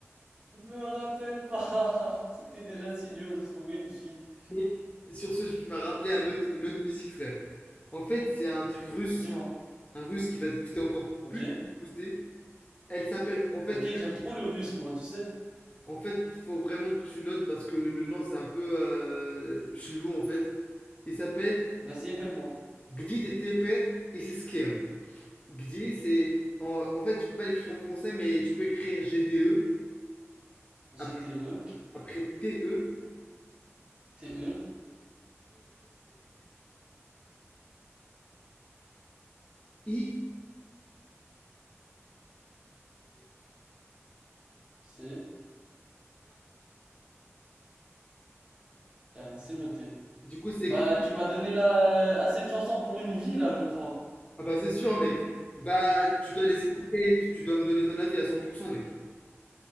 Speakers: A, on the right; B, on the left.
A: Me rappelle pas, <laughs> c'était déjà si dur de trouver une fille.
B: Mais sur ce, tu m'as rappelé un autre, une autre musique, frère. En fait, c'est un truc russe,
A: Dis-moi.
B: un russe qui va te booster encore
A: Ok.
B: plus, te booster. Elle s'appelle, en fait,
A: Ok, j'aime trop le russe, moi, tu sais.
B: en fait, faut vraiment que tu notes parce que le nom, c'est un peu euh, chelou, en fait. Il s'appelle
A: Vas-y, appelle-moi.
B: Gdi Teper et c'est Skem. Gdi, c'est, en, en fait, tu peux pas l'écrire en français, mais tu peux écrire GDE après,
A: GTE,
B: après T E
A: TE.
B: T-E-P-R-I-C-K-E-M.
A: T-E-P-R-I-C-K-E-M. C'est noté.
B: Du coup, c'est...
A: Bah, tu m'as donné là assez de chansons pour une vie, là, je crois.
B: Ah bah c'est sûr, mec. Bah, tu dois les écouter, tu dois me donner ton avis à 100%, mec.